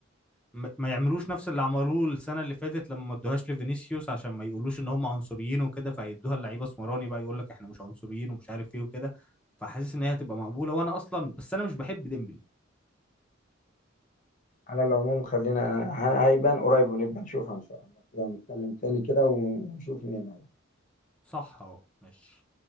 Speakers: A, in the centre; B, on the left.
A: م- ما يعملوش نفس اللي عملوه السنه اللي فاتت لما ما ادوهاش لفينيسيوس عشان ما يقولوش ان هم عنصريين وكده فهيدوها للعيبه اسمراني بقى يقول لك احنا مش عنصريين ومش عارف ايه وكده فحاسس ان هي هتبقى مقبوله وانا اصلا بس انا مش بحب ديمبلي
B: على العموم خلينا ه- هيبان قريب ونبقى نشوفها ان شاء الله كده ونتكلم تاني كده ونشوف مين اللي هيحصل.
A: صح اهو ماشي